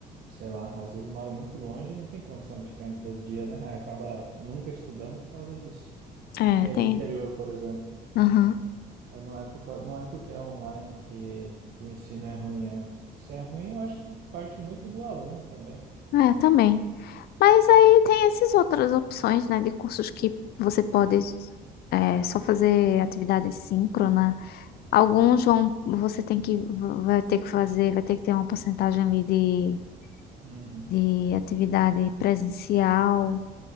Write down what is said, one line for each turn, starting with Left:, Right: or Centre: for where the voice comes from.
Right: sei lá, às vezes mora muito longe e não tem condição de ficar em todo dia, né? Aí acaba nunca estudando por causa disso.
Left: é,
Right: Quem é
Left: tem...
Right: de interior, por exemplo,
Left: Aham.
Right: aí não é por, cau- não é porque é online que, que o ensino é ruim. É, se é ruim, eu acho que parte muito do aluno também.
Left: É, também. Mas aí tem essas outras opções, né, de cursos que você pode é, só fazer atividade síncrona. Alguns vão, você tem que, vai ter que fazer, vai ter que ter uma porcentagem ali de,
Right: Uhum.
Left: de atividade presencial.